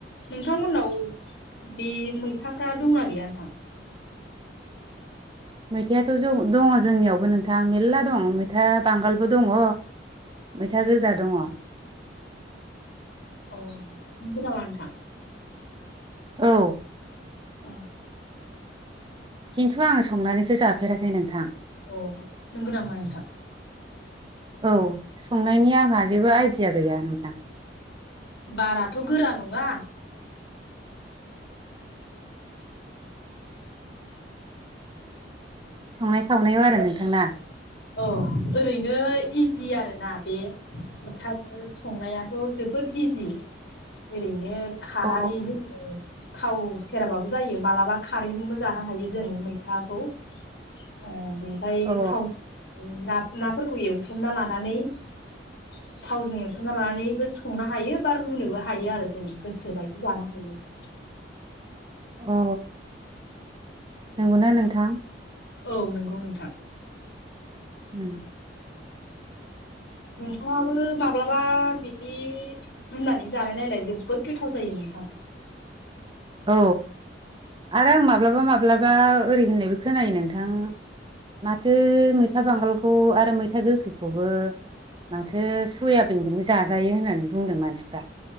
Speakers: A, on the left; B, on the right.
A: नोंथांमोननाव बे मैथाफ्रा दंना गैया नोंथां?
B: मैथायाथ' जौ दङ जोंनियावबो नोंथां मेरल़ा दं मैथा बांगालबो दङ। मैथा गोजा दङ।
A: अ नंगौ नामा नोंथां?
B: औ।
A: अ
B: खिन्थु आङो संनानैसो जाफेराखै नोंथां।
A: अ नोंगौ नामा नोंथां?
B: औ संनायनि आंहा जेबो आइदिया गैया नोंथां।
A: बाराथ' गोरा नङा।
B: संनाय खावनायाव आरो नोंथां ना?
A: औ ओरैनो इजि आरोना बे <inaudible> संनायाथ' जोबोद इजि ओरैनो खानानै
B: अ
A: जोङो थाव सेराबाबो जायो मालाबा खारैजोंबो जानो हायो जों मैथाखौ। ओ बेनिफाय
B: अ
A: थावस ना नाफोरखौ एवथ्रमना लानानै थावजों एवथ्रमना लानानैबो संनो हायो बा रुनोबो हायो आरो जों गोसोबायदि जानो हायो। <inaudible>
B: अ नंगौना नोंथां।
A: औ नंगौ नोंथां।
B: उ।
A: नोंथाङाबो माब्लाबा बिदि रुनानै जानाय नायलाय जोबोद गोथाव जायो नोंथां। <inaudible>
B: औ आरो आं माब्लाबा माब्लाबा ओरै होननायबो खोनायो नोंथां। माथो मैथा बांगालखौ आरो मैथा गोखैखौबो। माथो सयाबिनजोंबो जाजायो होननानै बुंदों मानसिफ्रा।